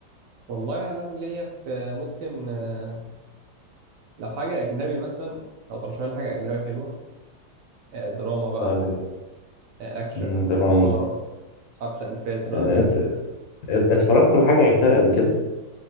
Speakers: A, on the right (about 65°); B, on the left (about 75°).
A: والله يعني أنا ليا في ممكن آه، لو حاجة أجنبي مثلا لو ترشح لي حاجة أجنبي حلوة آه، دراما بقى
B: طيب
A: آه، أكشن
B: مم، دراما
A: إثارة حبس أنفاس بقى
B: آه، ات- ات- اتفرجت على حاجه اجنبيه قبل كده